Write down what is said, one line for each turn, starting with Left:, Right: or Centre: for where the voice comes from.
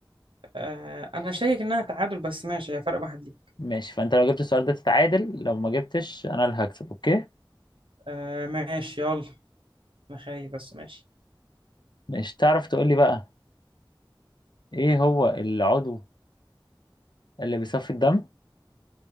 Right: آه أنا شاكك إنها تعادل بس ماشي هي فرق واحد ليك
Left: ماشي فانت لو جبت السؤال ده تتعادل لو ما جبتش انا اللي هكسب اوكي
Right: آه ماشي يلا أنا خايف بس ماشي
Left: مش تعرف تقول لي بقى ايه هو العضو اللي بيصفي الدم